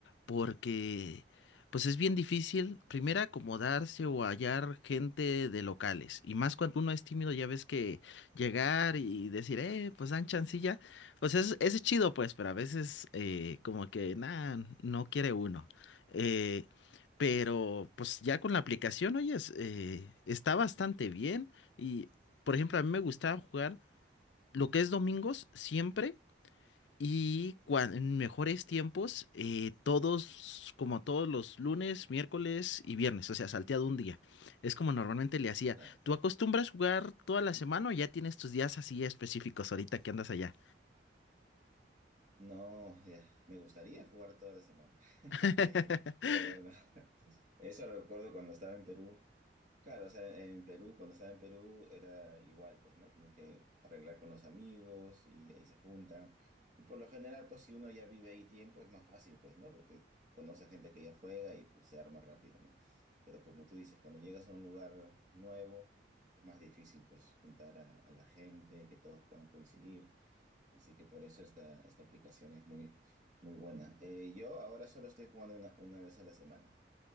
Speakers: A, on the left; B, on the right.
A: porque pues es bien difícil primero acomodarse o hallar gente de locales, y más cuando uno es tímido ya ves que llegar y decir, eh, pues dan chancilla pues es, es chido, pues, pero a veces eh, como que nada, no quiere uno. Eh, pero pues ya con la aplicación, oyes, eh, está bastante bien. Y, por ejemplo, a mí me gustaba jugar lo que es domingos siempre y cuan- en mejores tiempos, eh, todos, como todos los lunes, miércoles y viernes, o sea, salteado un día. Es como normalmente le hacía.
B: Claro.
A: ¿Tú acostumbras jugar toda la semana o ya tienes tus días así específicos ahorita que andas allá?
B: No, ya, me gustaría jugar toda la semana, <laughs>
A: <laughs>
B: pero no. Eso recuerdo cuando estaba en Perú. Claro, o sea, en Perú, cuando estaba en Perú era igual, pues, ¿no? Tienes que arreglar con los amigos y ahí se juntan. Y por lo general, pues, si uno ya vive ahí tiempo, es más fácil, pues, ¿no? Porque conoce gente que ya juega y pues se arma rápido, ¿no? Pero como tú dices, cuando llegas a un lugar nuevo, es más difícil, pues, juntar a, a la gente, que todos puedan coincidir. Así que por eso esta, esta aplicación es muy, muy buena. Eh, yo ahora solo estoy jugando una, una vez a la semana